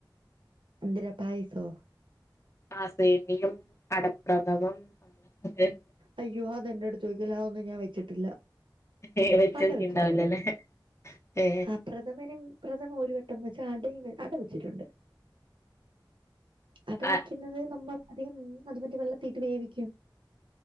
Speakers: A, on the right; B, on the left.
A: എന്തിരാ പായസോ
B: ആ സേമിയും അടപ്രദമം <unintelligible>
A: അയ്യോ അത് എന്റെ അടുത്ത് ചോയിക്കല്ലേ അതൊന്നും ഞാൻ വെച്ചിട്ടില്ല
B: ഏ വെചോക്കിട്ട്ണ്ടാവ്
A: അട വെച്ചിട്ടുണ്ട്
B: ല ലേ ഏ
A: ആ പ്രഥമനും പ്രഥമ ഒരു വട്ടം വെച്ചാ അടയും അട വെച്ചിട്ടുണ്ട് അട
B: ആഹ്
A: വെക്കുന്നത് നമ്മൾ അധികം അത് പറ്റേ വെള്ളത്തിട്ട് വേവിക്കും